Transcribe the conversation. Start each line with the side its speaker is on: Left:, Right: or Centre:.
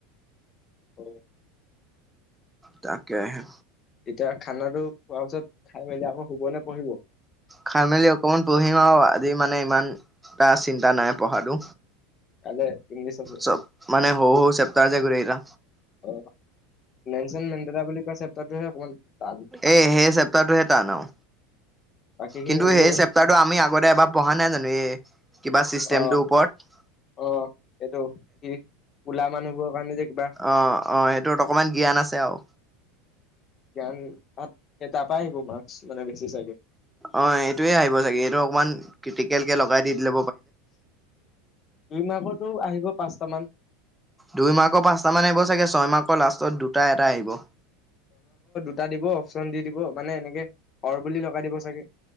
Left: হয়।
Centre: তাকে আহে
Left: এতিয়া খানাটো খোৱাৰ পিছত খাই মেলি আকৌ শুবনে পঢ়িব।
Centre: খাই মেলি অকমান পঢ়িম আৰু আজি মানে ইমান এটা চিন্তা নাই পঢ়াতটো।
Left: কাইলে ইংলিছ আছে
Centre: চ মানে হ - হ চেপ্তাহ জোগিল <unintelligible>
Left: অ', লেনচন মেণ্ডেৰা বুলি কোৱা চেপ্টাৰটোহে অকমান টান।
Centre: এই সেই চেপ্তাৰটোহে টান আৰু
Left: বাকীখিনি
Centre: কিন্তু
Left: এইবোৰে
Centre: সেই চেপ্তাৰটো আমি আগতে এবাৰ পঢ়া নাই জানো এই। কিবা চিষ্টেমটোৰ
Left: অ
Centre: ওপৰত
Left: অ, এইটো স উলা মানুহবোৰৰ কাৰণে যে কিবা
Centre: অ- অ সেইটোত অকমান জ্ঞান আছে আৰু।
Left: জ্ঞান তাত তাৰাপাই আহিব মাৰ্কচ মানে বেছি চাগে।
Centre: অ, এইটোয়ে আহিব চাগে এইটো অকমান ক্ৰিটিকেল কে লগাই দি দিলে।
Left: দুই মাকতো আহিব পাচট মান।
Centre: দুই মাহৰ পাচটা মান আহিব চাগে ছয় ম লাষ্টত দুটা এটা আহিব।
Left: এটা দিব অপচন দি- দিব মানে এনেকে হৰ বুলি লগাই দিব চাগে।